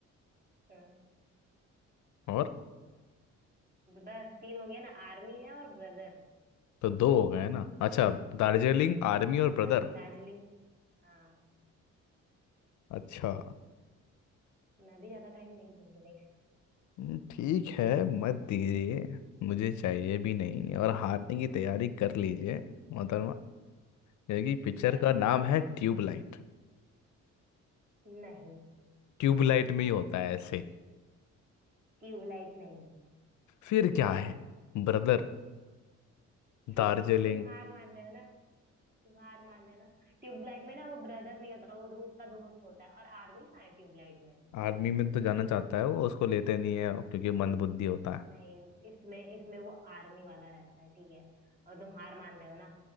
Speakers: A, on the right; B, on the left.
A: हाँ,
B: और
A: बस तीन हो गया ना आर्मी है और ब्रदर
B: तो दो हो गए ना अच्छा दार्जिलिंग आर्मी और
A: और
B: ब्रदर
A: दार्जिलिंग हाँ
B: अच्छा
A: मैं भी ज्यादा टाइम नहीं दूंगी देख
B: हम्म, ठीक है मत दीजिए मुझे चाहिए भी नहीं और हारने की तैयारी कर लीजिए मोहतरमा क्योंकि पिक्चर
A: लग
B: का नाम है ट्यूबलाइट
A: नहीं
B: ट्यूबलाइट में ही होता है ऐसे
A: ट्यूबलाइट नहीं है
B: फिर क्या है ब्रदर
A: तुम
B: दार्जिलिंग
A: तुम हार मान रहे हो ना। हार मान लेना ट्यूबलाइट में ना वो ब्रदर नहीं होता वो वो उसका दोस्त होता है और आर्मी कहाँ है ट्यूबलाइट में
B: आर्मी में तो जाना चाहता है वो उसको लेते नहीं है क्योंकि मंदबुद्धि होता है
A: नहीं इसमें इसमें वो आर्मी वाला रहता है ठीक है और तुम हार मान रहे हो ना